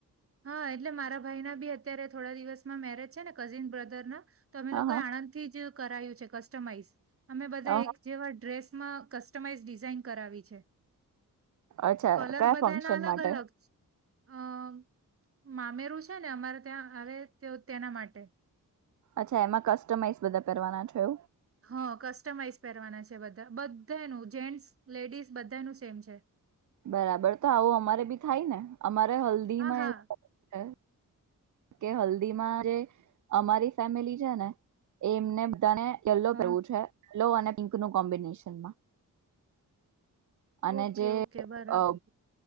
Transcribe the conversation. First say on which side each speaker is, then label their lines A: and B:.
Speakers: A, on the right; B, on the right.
A: હા, એટલે મારા ભાઈ ના બી અત્યારે થોડા દિવસમાં મેરેજ છેને, કઝિન બ્રધર ના તો અમે
B: હા
A: લોકો
B: હા
A: આણંદથી જ કરાયું છે. કસ્ટમાઈઝ અમે બધા
B: હા
A: એક
B: હા
A: જેવા ડ્રેસ માં કસ્ટમાઈઝ ડિઝાઇન કરાવી છે.
B: અચ્છા
A: કલર,
B: કયા
A: બધાના
B: ફંક્શન
A: અલગ,
B: માટે
A: અલગ હમમ, મામેરુ છેને. અમારે ત્યાં આવે તેઓ તેના માટે
B: અચ્છા એમાં કસ્ટમાઈઝ બધા કરવાના છો
A: હા કસ્ટમાઈઝ પહેરવાના છે બધા બધાનું જેન્ટ્સ લેડીઝ બધાનું સેમ છે
B: બરાબર તો આવું અમારે બી થાય ને અમારે હલ્દીમાં
A: હા હા
B: એવું કઈ થાય કે હલ્દી માં જે અમારી ફેમિલી છે ને એમને બધાને યલો
A: હા
B: કરવું છે યલો અને પિંક નું કોમ્બિનેશનમાં અને
A: ઓકે
B: જે
A: ઓકે બરાબર
B: અ